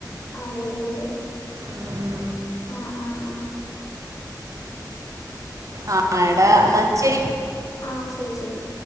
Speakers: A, on the left; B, on the right.
A: അതെല്ലേ
B: ഉം.
A: ആഹ് ആഹ് ആഹ്
B: ആഹ് എടാ എന്നാ ശെരി
A: ആഹ് ശെരി ശെരി